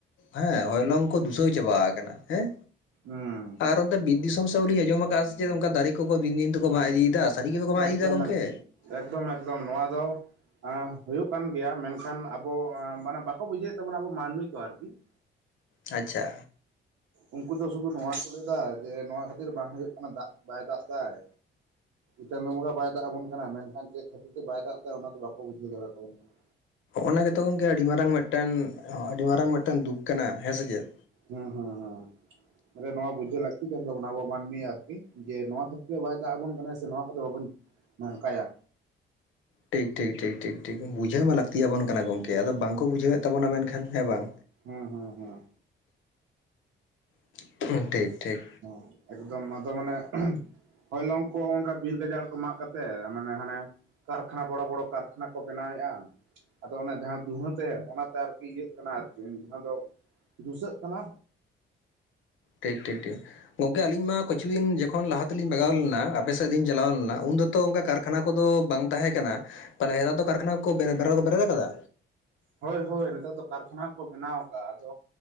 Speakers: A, on the left (about 75°); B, on the right (about 85°).
A: ᱦᱮᱸ ᱦᱚᱭᱞᱚᱝ ᱠᱚ ᱫᱩᱥᱟᱹᱣ ᱪᱟᱵᱟ ᱠᱟᱱᱟ ᱦᱮᱸ᱾
B: ᱦᱩᱸ
A: ᱟᱨ ᱚᱱᱛᱮ ᱵᱤᱨ ᱫᱤᱥᱚᱢ ᱥᱮᱫ ᱦᱚᱸᱞᱤᱧ ᱟᱸᱡᱚᱢ ᱠᱟᱜᱼᱟ, ᱥᱮᱪᱮᱫ ᱚᱱᱠᱟ ᱫᱟᱨᱮ ᱠᱚᱠᱚ ᱫᱤᱱ ᱫᱤᱱ ᱛᱮᱠᱚ ᱢᱟᱜ ᱤᱫᱤᱭᱮᱫᱟ? ᱥᱟᱹᱨᱤ ᱜᱮᱠᱚ ᱢᱟᱜ
B: ᱮᱠᱫᱚᱢ
A: ᱤᱫᱤᱭᱮᱫᱟ ᱜᱚᱢᱠᱮ
B: ᱮᱠᱫᱚᱢ ᱮᱠᱫᱚᱢ ᱮᱠᱫᱚᱢ ᱱᱚᱣᱟ ᱫᱚ ᱮ ᱦᱳᱭᱳᱜ ᱠᱟᱱ ᱜᱮᱭᱟ ᱢᱮᱱᱠᱷᱟᱱ ᱟᱵᱚ ᱢᱟᱱᱮ ᱵᱟᱠᱚ ᱵᱩᱡᱷᱟᱹᱣᱮᱫ ᱛᱟᱵᱚᱱᱟ, ᱟᱵᱚ ᱢᱟᱱᱢᱤ ᱠᱚ ᱟᱨᱠᱤ᱾ <inaudible>
A: ᱟᱪᱪᱷᱟ
B: ᱩᱱᱠᱩ ᱫᱚ ᱥᱩᱫᱷᱩ ᱱᱚᱣᱟ ᱠᱚ ᱞᱟᱹᱭᱫᱟ ᱡᱮ ᱱᱚᱣᱟ ᱠᱷᱟᱹᱛᱤᱨ ᱵᱟᱝ ᱦᱩᱭᱩᱜ ᱠᱟᱱᱟ, ᱫᱟᱜ ᱵᱟᱭ ᱫᱟᱜ ᱫᱟᱭ ᱪᱟᱸᱫᱚ ᱵᱚᱸᱜᱟ ᱵᱟᱭ ᱫᱟᱜ ᱟᱵᱚᱱ ᱠᱟᱱᱟᱭ, ᱢᱮᱱᱠᱷᱟᱱ ᱪᱮᱫ ᱠᱷᱟᱹᱛᱤᱨ ᱛᱮ ᱵᱟᱭ ᱫᱟᱜ ᱫᱟᱭ ᱚᱱᱟ ᱫᱟ ᱵᱟᱠᱟ ᱵᱩᱡᱟᱹᱣ ᱫᱟᱲᱮᱭᱟᱛᱟᱵᱚᱱ ᱠᱟᱱᱟ᱾
A: ᱚᱱᱟ ᱜᱮᱛᱚ ᱜᱚᱝᱠᱮ ᱟᱹᱰᱤ ᱢᱟᱨᱟᱝ ᱢᱤᱫᱴᱮᱱ ᱟᱹᱰᱤ ᱢᱟᱨᱟᱝ ᱢᱤᱫᱴᱮᱱ ᱫᱩᱠ ᱠᱟᱱᱟ ᱦᱮᱸᱥᱮ ᱪᱮᱫ?
B: ᱦᱩᱸ ᱦᱩᱸ ᱦᱩᱸ ᱢᱟᱱᱮ ᱱᱚᱣᱟ ᱵᱩᱡᱷᱟᱹᱣ ᱞᱟᱹᱠᱛᱤ ᱠᱟᱱ ᱛᱟᱵᱚᱱᱟ, ᱟᱵᱚ ᱢᱟᱹᱱᱢᱤ ᱟᱨᱠᱤ ᱡᱮ ᱱᱚᱣᱟ ᱠᱷᱟᱹᱛᱤᱨ ᱵᱟᱭ ᱫᱟᱜ ᱟᱵᱚᱱ ᱠᱟᱱᱟᱭ ᱥᱮ ᱱᱚᱣᱟ ᱠᱚᱫᱚ ᱵᱟᱵᱚᱱ ᱱᱚᱝᱠᱟᱭᱟ
A: ᱴᱷᱤᱠ ᱴᱷᱤᱠ ᱴᱷᱤᱠ ᱴᱷᱤᱠ ᱴᱷᱤᱠ ᱵᱩᱡᱷᱟᱹᱣ
B: ᱦᱩᱸ
A: ᱢᱟ ᱞᱟᱹᱠᱛᱤᱭᱟᱵᱚᱱ ᱠᱟᱱᱟ ᱜᱚᱝᱠᱮ, ᱟᱫᱚ ᱵᱟᱝ ᱠᱚ ᱵᱩᱡᱷᱟᱹᱣᱮᱫ ᱛᱟᱵᱚᱱᱟ, ᱢᱮᱱᱠᱷᱟᱱ ᱦᱮᱸ ᱵᱟᱝ᱾
B: ᱦᱩᱸ ᱦᱩᱸ ᱦᱩᱸ
A: <inaudible> ᱴᱷᱤᱠ ᱴᱷᱤᱠ
B: ᱦᱩᱸ ᱮᱠᱫᱚᱢ ᱟᱫᱚ ᱢᱟᱱᱮ ᱦᱳᱭᱯᱚᱝ ᱠᱚ, ᱚᱱᱠᱟ ᱵᱤᱨ ᱜᱟᱡᱟᱲ ᱠᱚ ᱢᱟᱜ ᱠᱟᱛᱮᱜᱴ ᱢᱟᱱᱮ ᱦᱟᱱᱮ ᱠᱟᱨᱠᱷᱟᱱᱟ ᱵᱚᱲᱚ ᱵᱚᱲᱚ ᱠᱟᱨᱠᱷᱟᱱᱟ ᱠᱚ ᱵᱮᱱᱟᱣᱮᱫᱼᱟ᱾ ᱟᱫᱚ ᱚᱱᱮ ᱡᱟᱦᱟᱸ ᱫᱩᱦᱟᱹᱛᱮ ᱚᱱᱟᱛᱮ ᱟᱨᱠᱤ ᱤᱭᱟᱹᱜ ᱠᱟᱱᱟ ᱟᱨᱠᱤ ᱡᱟᱦᱟᱸ ᱫᱚ ᱫᱩᱥᱟᱹᱜ ᱠᱟᱱᱟ᱾
A: ᱴᱷᱤᱠ ᱴᱷᱤᱠ ᱴᱷᱤᱠ ᱜᱚᱝᱠᱮ ᱟᱞᱤᱧ ᱢᱟ ᱠᱤᱪᱷᱩ ᱫᱤᱱ ᱡᱚᱠᱷᱚᱱ ᱞᱟᱦᱟ ᱛᱮᱞᱤᱧ ᱵᱟᱜᱟᱣ ᱞᱮᱱᱟ, ᱟᱯᱮ ᱥᱮᱫ ᱞᱤᱧ ᱪᱟᱞᱟᱣ ᱞᱮᱱᱟ ᱩᱱᱫᱚ ᱛᱚ ᱚᱱᱠᱟ ᱠᱟᱨᱠᱷᱟᱱᱟ ᱠᱚᱫᱚ ᱵᱟᱝ ᱛᱟᱦᱮᱸ ᱠᱟᱱᱟ᱾ ᱛᱚ ᱱᱮᱛᱟᱨ ᱫᱚ ᱠᱟᱨᱠᱷᱟᱱᱟ ᱠᱚ ᱵᱮᱨ ᱵᱮᱨ ᱵᱮᱨᱮᱫ ᱠᱟᱫᱟ?
B: ᱦᱳᱭ ᱦᱳᱭ ᱱᱮᱛᱟᱨ ᱫᱚ ᱠᱟᱨᱠᱷᱟᱱᱟ ᱠᱚ ᱵᱮᱱᱟᱣ ᱠᱟᱫᱼᱟ ᱟᱫᱚ